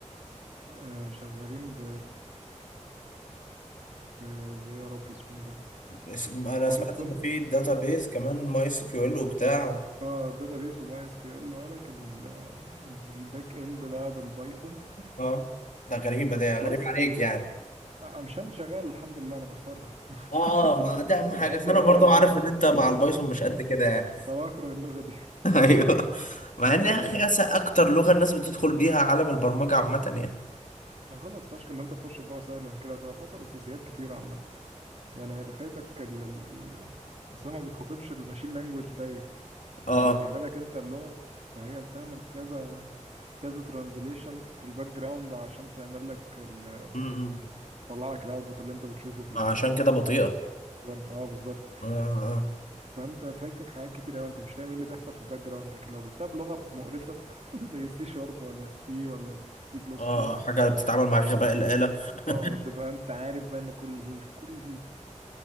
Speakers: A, on the right; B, on the left.
A: آه، شغالين ب ب ب- إيه يا رب اسمه ايه ده
B: بس انا
A: بايثون
B: سمعت ان في بيز كمان ماي سي كيو ال وبتاع
A: اه بيز بماي اس كيو ال اه لكن ال- الباك اند بقى بالبايثون
B: اه ده غريبة ده غريب
A: فلاسك
B: عليك يعني
A: آه، مش انا اللي شغال الحمد لله انا بتفرج
B: اه
A: <laughs>
B: اه ما ده اهم
A: في
B: حاجة
A: الحته
B: بس انا
A: دي
B: برضو
A: انا اه
B: عارف ان انت مع البايثون مش قد كده يعني
A: انا بكره اللغه دي
B: <laughs> ايوه مع
A: انا
B: ان
A: بشاهد
B: يا اخي أس- اكتر لغة الناس بتدخل بيها عالم البرمجة عامة يعني
A: انا غلط فشخ ان انت تخش بلغه سهله من كده هتبقى فاقد اساسيات كتير عامه يعني هيبقى فايتك ال ال ال اصل هي ما بتخاطبش الماشين لانجوج دايركت هي
B: اه
A: مسهله لك انت اللغه فهي بتعمل كذا كذا ترانزليشن في الباك جراوند عشان تعمل لك ال-
B: امم
A: تطلع لك الاوتبوت اللي انت بتشوفه في
B: عشان كده بطيئة
A: الرن اه بالظبط
B: اه اه آه.
A: فانت فايتك حاجات كتير قوي انت مش فاهم ايه اللي بيحصل في الباك جراوند لكن لو جبتها بلغه مقرفه <laughs> زي السي شارب ولا السي ولا السي بلس
B: اه
A: بلس
B: حاجة بتتعامل مع غباء الآلة <laughs>
A: اه تبقى انت عارف بقى ان كل كل